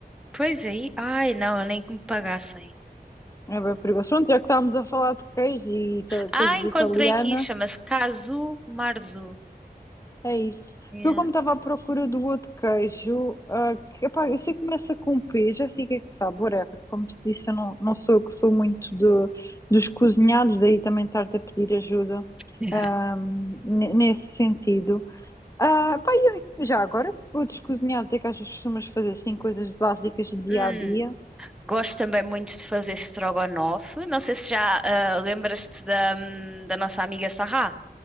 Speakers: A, in the centre; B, on the left (about 20°).
A: Pois aí. Ai, não, nem que me pagassem.
B: É bem perigoso. Pronto, já que estávamos a falar de queijo e ita-
A: Ah,
B: coisas
A: encontrei
B: italianas,
A: aqui. Chama-se Kazu Marzu.
B: é isso.
A: Yeah.
B: Eu, como estava à procura do outro queijo, ah, que, epá, eu sei que começa com P, já sei o que é que sabe, whatever. Como te disse, eu não, não sou eu que sou muito de, dos cozinhados, daí também estar-te a pedir ajuda,
A: <laughs>
B: ah, ne- nesse sentido. Ah, pá, e eu- já agora, outros cozinhados é que às vezes costumas fazer assim coisas básicas de dia
A: Hum,
B: a dia?
A: gosto também muito de fazer strogonoff. Não sei se já ah, lembras-te da, hum, da nossa amiga Sarah.